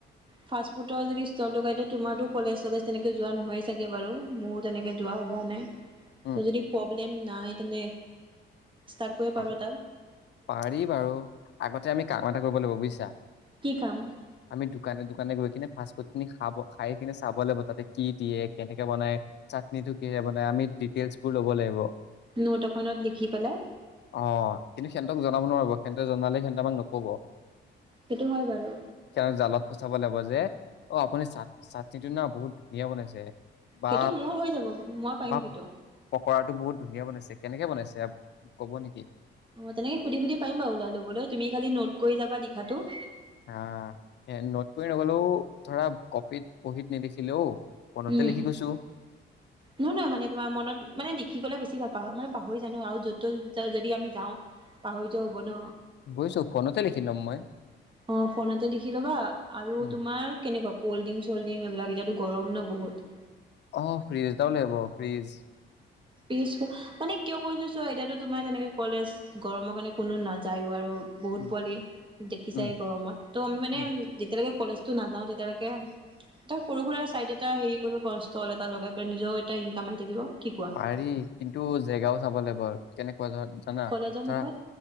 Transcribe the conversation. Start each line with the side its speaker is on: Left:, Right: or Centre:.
Right: ফাষ্টফুডৰ যদি ইষ্টল লগাই দিওঁ তোমাৰো কলেজলে তেনে যোৱা নহয়েই চাগে বাৰু মোৰো তেনেকে যোৱা হোৱা নাই।
Left: উম
Right: ত যদি প্ৰব্ তে নাই তেনে ইস্তাত কৰিব
Left: পা-
Right: পাৰো
Left: পাৰি বাৰু। আগতে আমি কাম এটা কৰিব লাগিব বুইছা
Right: কি কাম
Left: আমি দোকানে দোকানে গৈ কিনে ফাষ্টফুডখিনি খাই কিনে চাব লাগিব, তাতে কি দিয়ে? কেনেকে বনায়? চাটনিটো কিহেৰে বনায় আমি ডিটেয়েইলচবোৰ ল'ব লাগিব।
Right: নোট এখনত লিখি পেলাই
Left: অ' কিন্তু সিহঁতক জনাব নোৱাৰিব, সিহঁতক জনালে সিহঁতে আমাক নক'ব।
Right: সেইটো হয় বাৰু
Left: তেওঁক জালত ফচাব লাগিব যে। অ আপুনি চাট চাটনিটো না বহুত ধুনীয়া বনাইছে। বা
Right: সেইটো মোৰ হৈ যাব মই পাৰিম
Left: বা
Right: সেইটো
Left: পকৰাটো বহুত ধুনীয়া বনাইছে কেনেকে বনাইছে ক'ব নেকি?
Right: অ, তেনেকে সুধি-সুধি পাৰিম বাৰু ওলাই ল'বলৈ তুমি খালি নোট কৰি যাবা লিখাটো।
Left: আহ নোট কৰি নগ'লেও ধৰা কপিত বহীত নিলিখিলেও ফোনতে
Right: উম।
Left: লিখি গৈছো
Right: নহয় নহয়, মানে তোমাৰ মনত মানে দেখিবলে বেছি <unintelligible> পাহৰি জানো আৰু য'ত তত যদি আমি যাওঁ। পাহৰি জোহবন'
Left: বুইছো ফোনতে লিখি লম মই।
Right: অ' ফোনতে দেখি ল'বা আৰু
Left: উম
Right: তোমাৰ কেনেকুৱা? কল্ড্ৰিং-চল্ড্ৰিং এইবিলাক, এতিয়াতো গৰম ন বহুত?
Left: অ' ফ্ৰিজ এটাও লাগিব, ফ্ৰিজ।
Right: পিছ মানে কিয় কৈছো চোৱা এতিয়াতো তোমাৰ তেনেকে কলেজ, গৰমৰ কাৰণে কোনো নাযায়ো আৰু বহুত
Left: উম,
Right: পোৱালি, দেখিছাই
Left: উম,
Right: গৰমত। ত' মানে
Left: উম,
Right: যেতিয়ালৈকে কলেজটো নাযাওঁ, তেতি এতিয়ালৈকে এটা সৰুসুৰা চাইড এটা হেৰি কৰিব পাৰোঁ ষ্টল এটা লগাই পেলাই নিজৰো এটা ইনকাম আহি থাকিব, কি কোৱা?
Left: হেৰি, কিন্তু জেগাও চাব লাগিব। কেনেকুৱা ধৰা জানা?
Right: কলেজৰ
Left: জানা?
Right: মুখত